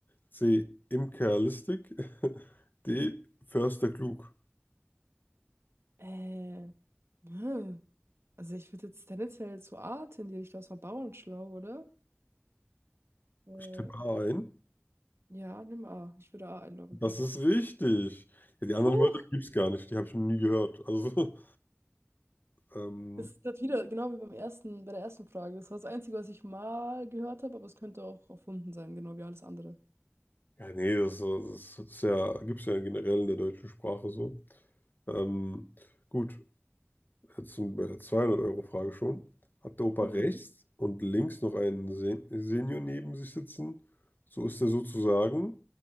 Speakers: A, on the left (about 50°); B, on the right (about 85°).
A: C. Imkerlistig, <laughs> D. Förster klug.
B: Äh, hm. Also ich würde jetzt tendenziell zu A tendieren. Ich glaube, es war Bauernschlau, oder? Äh,
A: Ich tippe A ein.
B: ja, nimm A. Ich würde A einloggen.
A: Das ist richtig. Ja, die anderen
B: Puh,
A: Wörter gibt es gar nicht, die habe ich noch nie gehört. Also, <laughs> ähm,
B: das ist grad wieder genau wie beim ersten, bei der ersten Frage. Das war das Einzige, was ich mal gehört habe, aber es könnte auch erfunden sein, genau wie alles andere.
A: Ja, nee, das, das, das ist ja, gibt es ja generell in der deutschen Sprache so. Ähm, gut, jetzt sind wir bei der zweihundert euro frage schon. Hat der Opa
B: Mhm.
A: rechts und links noch einen Sen Senior neben sich sitzen, so ist er sozusagen,